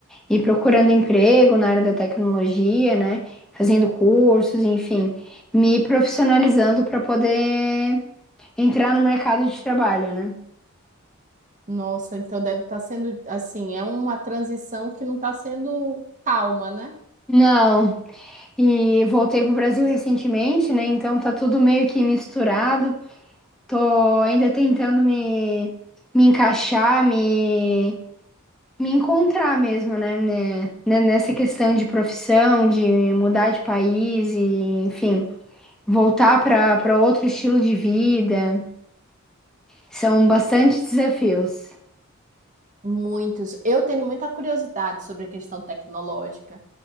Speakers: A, in the centre; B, on the right (about 35°).
A: e procurando emprego na área da tecnologia, né? Fazendo cursos, enfim, me profissionalizando para poder entrar no mercado de trabalho, né?
B: Nossa, então deve estar sendo assim, é uma transição que não está sendo calma, né?
A: Não, E voltei pro Brasil recentemente, né? Então tá tudo meio que misturado. Tô ainda tentando me, me encaixar, me, me encontrar mesmo, né? né, né, Nessa questão de profissão, de mudar de país e, enfim, voltar para para outro estilo de vida. São bastante desafios.
B: Muitos. Eu tenho muita curiosidade sobre a questão tecnológica.